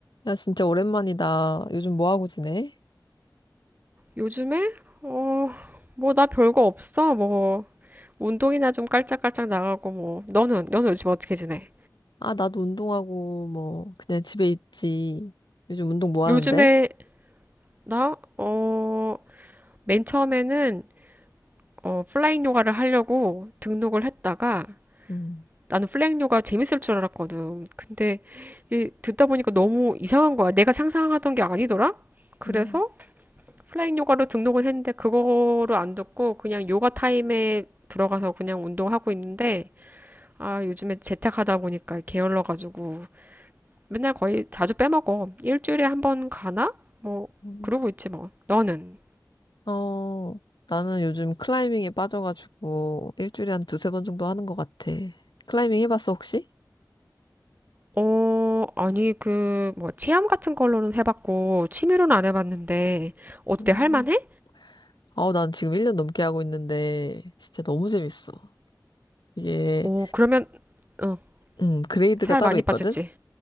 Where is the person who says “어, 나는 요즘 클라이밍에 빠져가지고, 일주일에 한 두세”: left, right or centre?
Left